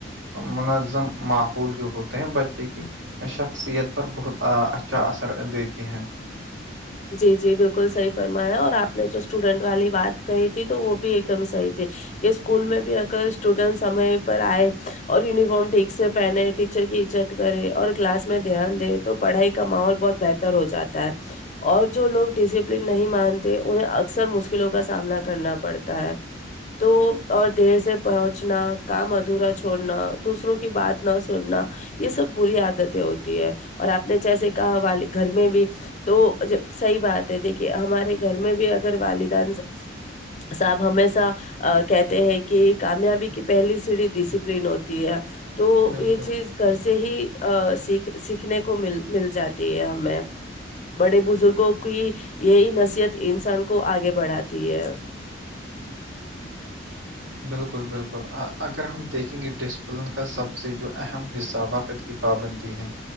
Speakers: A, on the right; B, on the left.
A: منظم ماحول جو ہوتے ہیں بچے کی شخصیت پر بہت اچھا اثر دیتی ہیں
B: جی جی بالکل صحیح فرمایا اور آپ نے جو اسٹوڈنٹ والی بات کہی تھی تو وہ بھی ایک دم صحیح تھی کہ اسکول میں بھی اگر اسٹوڈینٹ سمے پر آئے اور یونیفارم ٹھیک سے پہنےیک چر کیزت کرے اور کلاس میں دھیان دے تو پڑھائی کا ماحول بہت بہتر ہو جاتا ہے اور جو لوگ ڈسپلین نہیں مانتے انہیں اکثر مشکلوں کا سامنا کرنا پڑتا ہے تو اور دیر سے پہنچنا کام ادھورا چھوڑنا دوسروں کی بات نہ سننا یہ سب بری عادتیں ہوتی ہے اور آپ نے جیسے کہا وال گھر میں بھی تو جب صحیح بات ہے دیکھیے ہمارے گھر میں بھی اگر والدان صاحب ہمیشہ ا کہتے ہیں کہ کامیابی کی پہلی سیڑ ڈسپلین ہوتی ہے تو
A: بالکل
B: یہ چیز گھر سے ہی سیکھ سیکھنے کو مل مل جاتی ہے ہمیں بڑے بزرگوں کی یہی نصیحت انسان کو آگے بڑھاتی ہے
A: بالکل بالکل اگر ہم دیکھیں گے ڈسپلن کا سب سے جو اہم حصہ وقت کی پابندی ہے